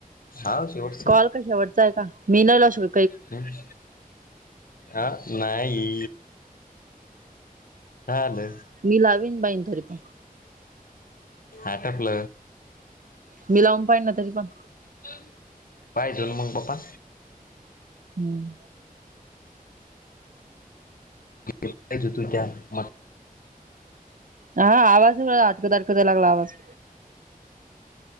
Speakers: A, on the left; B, on the right.
A: हा शेवटचं
B: कॉल कशा वरचाय का मीनला शो
A: हम् हा नाही हॅलो
B: मी लाविन बाईन तरी पण
A: आटपल.
B: मी लावून पाहिना तरी पण
A: <unintelligible> पाहीचं नं मंग बाप्पा.
B: हम्म.
A: त्याज्यातून कॅन मला
B: हा आवाज अटक आटकट यायला लागला आवाज.